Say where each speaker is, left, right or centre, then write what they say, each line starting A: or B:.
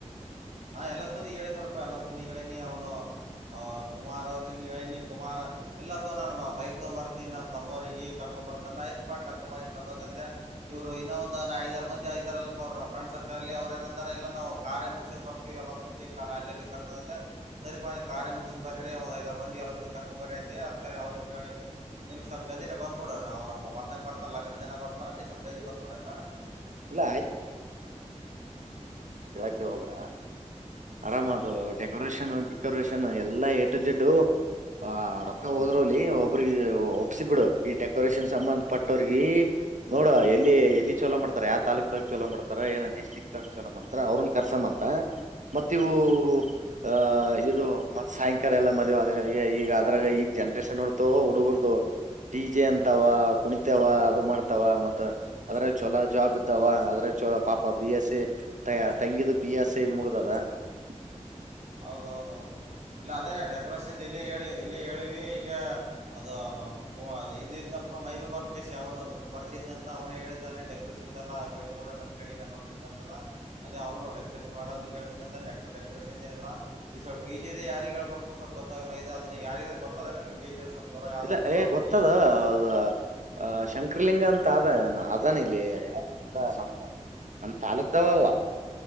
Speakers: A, on the right (about 65°); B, on the right (about 80°).
A: ಹಾ ಎಲ್ಲ ಸಬಂದಿ ಹೇಳಿ ನೋಡಪಾ ಎಲ್ಲ ಸ ಮಂದಿ ಹೇಳನಿ ಅವ್ನು ಅ್ ಕುಮಾರ್ ಅವ್ನು ಹೇಳನಿ ಕುಮಾರ್ ಎಲ್ಲಾ ತೋ ನಮ್ಮ ಬೈಕ್ ತಗೊ ಬರ್ತನಿ ನ್ ತಮ್ಮ್ರರಿಗೆ ಕರ್ಕೊ ಬರ್ತ ಅ ಆಯತಪ್ಪಾ ಕರ್ಕೊ್ಂಬರ್ ತಮ್ಮ ಗ ಅಂದ ಇವರು ಇನ್ನೊ ಒಂದು ನ ಐದರ ಮಂದ ಐದರ ಅಲ್ ಅವ್ ಫ್ರೆಂಡ್ರ್ಕಲ್ಲ್ಲಿ ಅವ್ರರು ನಂದಾರೆಲ್ಲ ನಾ ಕಾರ್ಯ ಮು ಬ ಎಲ್ಲ ಮಂದ ಅಾಲಿಯಲ್ಲಿ ಕರ್ಕ ಸರಿಪ ಕ ಕಾರ್ಯ ಮುಗಸ್ ಬರ್ರರಿಂದ್ ಐದರ ಮಂದ ಎಸಂದಿ ಕರ್ಕೊಂಡ್ ಬರಿ ಅದಕ ಅವ್ರಗ ಹೇಳಿ ನಿನ್ಗೆ ಸ್ವಲ್ ಜದಿನ ಬಂದಬ ಬಿಡ ಅವಬ್ಬ ಬಂದ ಬರ್ತಾರ ಲಗ್ನ ದಿನ ಬರ್ತಾರ ನೀ ಸ್ವಲ್ಪ ಗದಿ ಬಂದಬಡಾಯತಾ
B: ಇಲ್ಲ ಕೆಳಕ್ಕೆ ಹಬರ ಆರಾಮ
A: ಹಾ
B: ಅದು ಡೆಕೋರೇಷನ್ ಡಿಕೋರೇಷನ್ ಎಲ್ಲಾ ಎಟು ಜಡ್ಡು ಆ ರೊಕ್ಕ ಹೋದ್ರಲಿ ಒಬ್ಬ್ರಿಗೆ ಒಪ್ಸ ಬಿಡು ಈ ಡೆಕೋರೇಷನ್ ಸಂಬಂಧ ಪಟ್ಟವ್ರಗ ನೋಡ ಎಲ್ಲಿ ಎಲ್ಲಿ ಚೋಲ ಮಾಡ್ತಾರ ಯಾ ತಾಲೂಕಕ್ ದಾಗ ಚಲ ಮಾಡತಾರ ಏನ ಡಿಸ್ಟ್ರಿಕ್ ದಾಗ ಚಲೋ ಮಾಡ್ತಾರ ಅವ್ರನ್ ಕರ್ಸ ಮಾಡ ಮಂತ ಮತ್ತ ಇವು ಆಹ ಇದು ಮತ್ ಸಾಯಂಕಾಲ ಎಲ್ಲ ಮದುವೆ ಆದ ಈಗ ಅದ್ರಾಗ ಈಗ ಜನ ಸ ನೋಡ್ತವ ಹುಡುಗರ್ದು ಡಿ ಜೆ ಅಂತವ ಕುಣಿತಾವ ಅದು ಮಾಡ್ತಾವ ಮತ್ತ ಅದ್ರ ಚೊಲೋ ಜಾಬ್ ಇದ್ದಾವ ಅದ್ರೆ ಚಲೋ ಪಾಪ ಬಿ ಎಸ್ ಸಿ ತಂಗಿದು ಬಿ ಎಸ್ ಸಿ ಮುಗ್ದದ <inaudible>
A: ಹೌದೌದೌದು ಇಲ್ಲ ಅದೇ ಡೆಕೋರೇಷನ್ ಇಲ್ಲಿ ಹೇಳಿ ಇಲ್ಲ ಹೇಳಿವವಿ ಇಲ್ಲೇ ಅದು ನ ಕು ಇದ್ನಲ್ಪ ಮೈಗ ಬಂತ ಕ ಯನು ಪರಿಸಚಿತಿ ಅವ ಹೇಳಿದ್ದಾನೆ ಡೆಕೋರೇಷನ್ಲ್ಲ ಬಿಟ್ಟ ಕೂಡ ನ ಕಡೆ ನ ನೋಡ್ತಿ ಅಂತ ಅದೇ ಅವನು ಡೆಕೋರೇಷನ್ ಮಾಡ ಮಾಡಾವಿ ನಂತ ಡೆಕೋರೇಷನ್ ಲ್ಲ ಈ ಸ್ಲ್ ಡಿ ಜೆ ದ ಯಾರಿಿಗೆ ಹೇಳ್ಬೇಕು ಸ್ವಲ್ಪ ಗೊತ್ತಲ್ಲ ಇದೆ ಅದ ಯಾರ ಗೊತ್ತದ ಡಿ ಜೆ ಚಲೋ ಯಾವ್ದ
B: ಇಲ್ಲ
A: ಚಲೋ
B: ಏ
A: ಆದ
B: ಗೊತ್ತದದ
A: ಡಿ ಜೆ ಅಂತ
B: ಶಂಕರ್ ಚಿಕ್ರಲಿಂಗ ಅಂತ ಅ ಅದಾನ ಇಲ್ಲಿ ಯ ನ ನಮ ತಾಾಲೂಕಕ್ದಾವ ಅವ